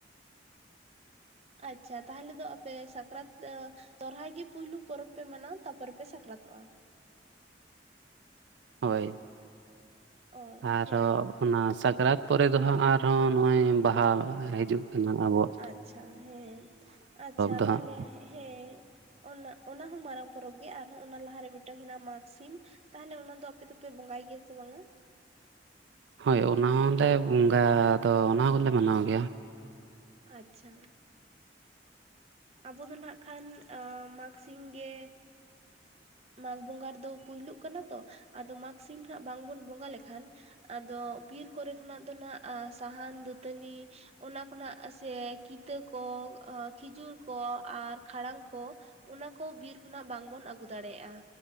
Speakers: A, on the right; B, on the right.
A: ᱟᱪᱪᱷᱟ ᱛᱟᱦᱚᱞᱮ ᱫᱚ ᱟᱯᱮ ᱥᱟᱠᱨᱟᱛ ᱥᱚᱨᱦᱟᱭ ᱜᱮ ᱯᱩᱭᱞᱩ ᱯᱚᱨᱚᱵᱽ ᱯᱮ ᱢᱟᱱᱟᱣᱟ ᱛᱟᱨᱯᱚᱨᱮ ᱯᱮ ᱥᱟᱠᱨᱟᱛᱚᱜᱼᱟ?
B: ᱦᱳᱭ
A: ᱚ
B: ᱟᱨᱚ
A: ᱦᱮᱸ
B: ᱚᱱᱟ ᱥᱟᱠᱨᱟᱛ ᱯᱚᱨᱮ ᱫᱚ ᱦᱟᱸᱜ ᱟᱨᱦᱚᱸ ᱱᱚᱜᱼᱚᱭ ᱵᱟᱦᱟ ᱦᱤᱡᱩᱜ ᱠᱟᱱᱟ ᱟᱵᱚᱣᱟᱜ ᱾
A: ᱟᱪᱪᱷᱟ ᱦᱮᱸ ᱟᱪᱪᱷᱟ
B: ᱫᱚ
A: ᱛᱟᱦᱚᱞᱮ
B: ᱦᱟᱸᱜ
A: ᱦᱮᱸ᱾ ᱚᱱᱟ ᱚᱱᱟ ᱦᱚᱸ ᱢᱟᱨᱟᱝ ᱯᱚᱨᱚᱵᱽ ᱜᱮ ᱟᱨᱦᱚᱸ ᱚᱱᱟ ᱞᱟᱦᱟᱨᱮ ᱢᱤᱫᱴᱟᱝ ᱦᱮᱱᱟᱜᱼᱟ ᱢᱟᱜᱽᱥᱤᱢ। ᱛᱟᱦᱚᱞᱮ ᱚᱱᱟ ᱫᱚ ᱟᱯᱮ ᱫᱚᱯᱮ ᱵᱚᱸᱜᱟᱭ ᱜᱮᱭᱟ ᱥᱮ ᱵᱟᱝᱟ?
B: ᱦᱳᱭ ᱚᱱᱟ ᱦᱚᱸᱞᱮ ᱵᱚᱸᱜᱟ ᱫᱚ ᱚᱱᱟ ᱦᱚᱸᱞᱮ ᱢᱟᱱᱟᱣ ᱜᱮᱭᱟ।
A: ᱟᱪᱪᱷᱟ। ᱟᱵᱚ ᱫᱚ ᱱᱟᱜ ᱠᱷᱟᱱ ᱢᱟᱜᱽ ᱥᱤᱢ ᱜᱮ ᱢᱟᱜᱽ ᱵᱚᱸᱜᱟ ᱨᱮᱫᱚ ᱯᱳᱭᱞᱳ ᱠᱟᱱᱟ ᱛᱚ ᱟᱫᱚ ᱢᱟᱜᱽ ᱥᱤᱢ ᱟᱜ ᱵᱟᱝᱵᱩᱱ ᱵᱚᱸᱜᱟ ᱞᱮᱠᱷᱟᱱ ᱟᱫᱚ ᱵᱤᱨ ᱠᱚᱨᱮ ᱠᱷᱚᱱᱟᱜ ᱫᱚ ᱱᱟᱜ ᱥᱟᱦᱟᱱ ᱫᱟᱹᱛᱟᱹᱱᱤ ᱚᱱᱟ ᱠᱷᱚᱱᱟᱜ ᱥᱮ ᱠᱤᱛᱟᱹ ᱠᱚ ᱠᱷᱤᱡᱩᱨ ᱠᱚ ᱟᱨ ᱠᱷᱟᱲᱟᱝ ᱠᱚ ᱚᱱᱟ ᱠᱚ ᱵᱤᱨ ᱠᱷᱚᱱᱟᱜ ᱵᱟᱝ ᱵᱚᱱ ᱟᱹᱜᱩ ᱫᱟᱲᱮᱭᱟᱜᱼᱟ।